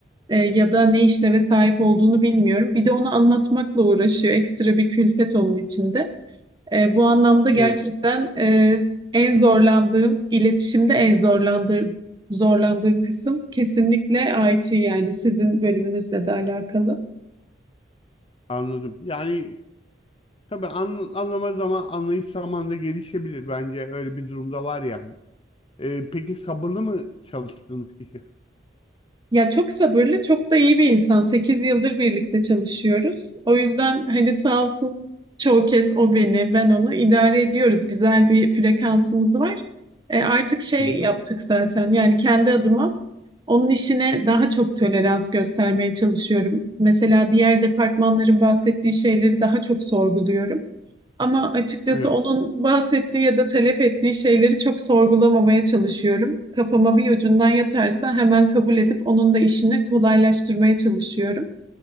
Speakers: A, on the right; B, on the left.
A: e, ya da ne işleve sahip olduğunu bilmiyorum. Bir de onu anlatmakla uğraşıyor. Ekstra bir külfet onun içinde. E, bu anlamda gerçekten
B: Evet
A: e, en zorlandığım, iletişimde en zorlandığım, zorlandığım kısım kesinlikle IT yani sizin bölümünüzle de alakalı.
B: anladım. Yani tabii an, anlama zaman anlayış zamanında gelişebilir bence öyle bir durumda var yani. Ee, peki sabırlı mı çalıştığınız kişi?
A: Ya çok sabırlı, çok da iyi bir insan. 8 yıldır birlikte çalışıyoruz. O yüzden hani sağ olsun çoğu kez o beni, ben onu idare ediyoruz. Güzel bir frekansımız var. E, artık şey
B: Hı hı.
A: yaptık zaten. Yani kendi adıma onun işine daha çok tolerans göstermeye çalışıyorum. Mesela diğer departmanların bahsettiği şeyleri daha çok sorguluyorum. Ama açıkçası
B: Evet.
A: onun bahsettiği ya da talep ettiği şeyleri çok sorgulamamaya çalışıyorum. Kafama bir ucundan yatarsa hemen kabul edip onun da işini kolaylaştırmaya çalışıyorum.